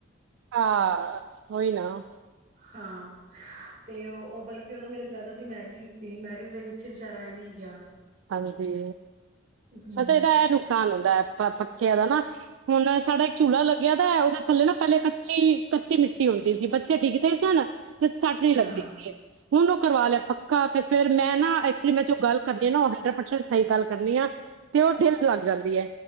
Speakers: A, on the right; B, on the right.
A: ਹਾਂ, ਉਹੀਨਾ।
B: ਹਾਂ, ਤੇ ਉਹ ਬਲਕਿ ਉਦੋਂ ਮੇਰੇ ਬ੍ਰਦਰ ਦੀ ਮੈਰਿਜ ਮੈਰਿਜ ਦੇ ਵਿੱਚ ਵਿਚਾਰਾ ਐਵੇਂ ਗਿਆ।
A: ਹਾਂਜੀ।
B: ਹੂੰ,
A: ਬਸ, ਇਹਦਾ ਇਹ ਨੁਕਸਾਨ ਹੁੰਦਾ ਹੈ। ਪਰ ਪੱਕਿਆ ਦਾ ਨਾ ਹੁਣ ਸਾਡਾ ਇੱਕ ਚੂਲਾ ਲੱਗਿਆ ਦਾ ਉਹਦੇ ਥੱਲੇ ਨਾ ਪਹਲੇ ਕੱਚੀ-ਕੱਚੀ ਮਿਟੀ ਕੀ ਹੁੰਦੀ ਸੀ, ਬੱਚੇ ਡਿੱਗਦੇ ਸਨ ਕਿ ਸੱਟ ਹੀ ਲੱਗਦੀ
B: ਹਾਂ,
A: ਸੀ <unintelligible> ਹੁਣ ਔ ਕਰਵਾ ਲਿਆ ਪੱਕਾ ਤੇ ਫੇਰ ਮੈਂ ਨਾ ਐਕਚੁਲੀ ਮੈਂ ਜੋ ਗੱਲ ਕਰ ਤੇ ਨਾ ਉਹ ਹੰਡਰਡ ਪਰਸੈਂਟ ਸਹੀ ਗੱਲ ਕਰਨੀ ਆ ਤੇ ਉਹ ਡਿੱਲ ਲੱਗ ਜਾਂਦੀ ਐ